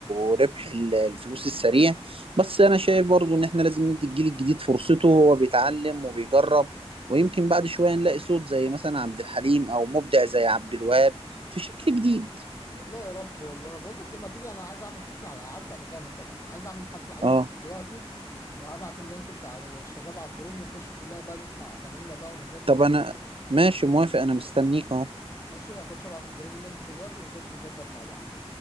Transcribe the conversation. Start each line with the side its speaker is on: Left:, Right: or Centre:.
Right: وربح ال- الفلوس السريع بس انا شايف برضو ان احنا لازم ندي الجيل الجديد فرصته وهو بيتعلم وبيجرب ويمكن بعد شوية نلاقي صوت زي مثلا عبد الحليم او مبدع زي عبد الوهاب في شكل جديد
Left: والله يا رب والله بقول لك إيه، ما تيجي أنا عايز أعمل حفلة على عارف أنغامي طبعا عايز أعمل حفلة عليك
Right: اه
Left: دلوقتي وهبعت اللينك بتاع الشباب على الجروب ونخش كلنا بقى نسمع أغانينا بقى ونظبط
Right: طب انا ماشي موافق انا مستنيك اهو
Left: ماشي هخش أبعت الجروب اللينك دلوقتي ونخش نظبط مع بعض